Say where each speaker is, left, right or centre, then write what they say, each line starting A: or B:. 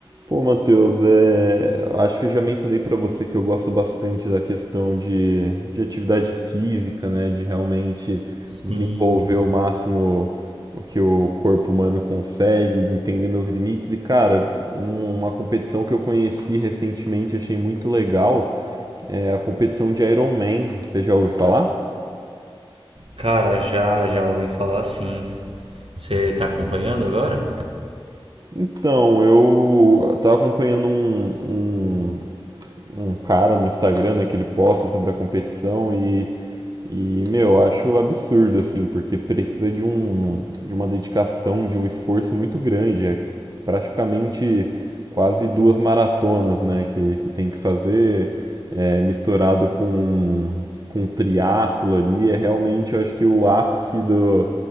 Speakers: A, on the right; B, on the right.
A: Pô, Matheus, é, acho que eu já mencionei pra você que eu gosto bastante da questão de, de atividade física, né? De realmente
B: Sim.
A: desenvolver o máximo o que o corpo humano consegue, entender meus limites. E, cara, um- uma competição que eu conheci recentemente, achei muito legal, é a competição de Iron Man. Você já ouviu falar?
B: Cara, já já ouvi falar sim. Você tá acompanhando agora?
A: Então, eu tava acompanhando um, um, um cara no Instagram, né, que ele posta sobre a competição e. E, meu, eu acho absurdo, assim, porque precisa de um, de uma dedicação, de um esforço muito grande. É praticamente quase duas maratonas, né, que, que tem que fazer, é, misturado com, com triatlo ali. É realmente, eu acho que o ápice do,